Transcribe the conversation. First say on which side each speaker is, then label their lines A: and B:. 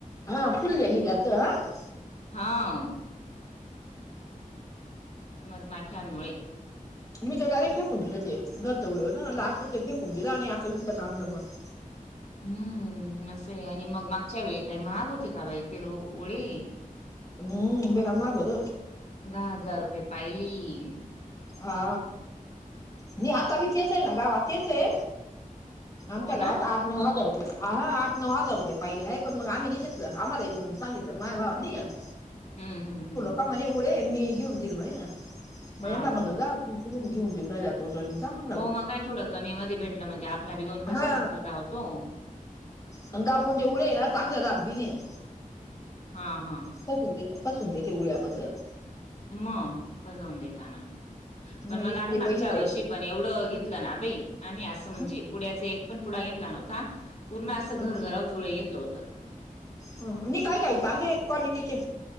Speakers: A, on the left; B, on the left.
A: हा फुले ह्याज्यात ह <unintelligible>
B: हा. मधमाशांमुळे.
A: मी तर डायरेक्ट फेकून दिलं ते घरत उरे हो आल तर ते फेकून दिलं आणि आता विकत आणलं मग.
B: हम्म असं आहे आणि मग मागच्या वेळी काही महाग होते का बाई ते रो ओळे.
A: हम्म ब का्गोत <unintelligible>
B: दहा हजार रुपये पाहिली.
A: हा मी आता बी तेच हे ना गावात तेच हे. आमच्या
B: हो
A: गावात
B: ना
A: आठ नऊ हजार रुपये. ह आठ नऊ हजार रुपये पाहिले आहे पण मग आम्ही नाही घेतलं आम्हाला एकून सांगितलं माय बाबा नी ह <inaudible>
B: हम्म हम् हम्म.
A: का म्हणे उडे मी घेऊन देईल म्हणे मग
B: हा
A: याना म्हटलं
B: हा
A: जा घेऊन देईऊ राहिला तो. ंत <unintelligible>
B: हो मग काय थोडं कमी मध्ये भेटलं म्हणजे आपला बी दोन पैशाचा
A: हा
B: फायदा होतो.
A: आणि गाव कोठ देवूळ आहे ना चांगलं राात बी नाई.
B: हा हा
A: फसून देते फसून देते उळ्याबद्दल.
B: मग फसवून देताना पण
A: इकडे
B: मग आम्ही मागच्या
A: पैसे द्यायचे
B: वर्षी पण एवढं घेतलं ना बाई आम्ही आज असं म्हणजे
A: हं,
B: पुण्या्याचा एक पण पुढा घेतला नव्हता पूर्ण असं घर
A: हं,
B: घरा चुळे घेतलं होत.
A: नाही काय काय चांगलं क्वालिटीचे